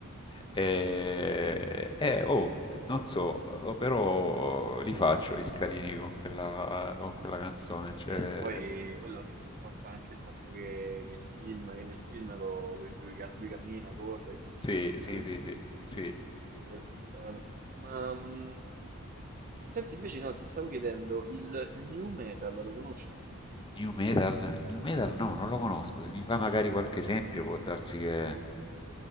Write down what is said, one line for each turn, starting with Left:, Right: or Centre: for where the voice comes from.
Left: E, e, oh, non so, oh, però li faccio gli scalini con quella, con quella canzone.
Right: E
Left: Cioè,
Right: certo, poi quello ti trasporta anche il fatto che, che il film, che nel film lo- lui, lui ca- lui cammina, corre, quindi
Left: sì,
Right: ci- sicuramente
Left: sì, sì, sì,
Right: sei
Left: sì.
Right: trasportato. Ma mm, senti, invece no, ti stavo chiedendo, il new metal lo conosci?
Left: New Metal? New Metal no, non lo conosco. Se mi fa magari qualche esempio può darsi che...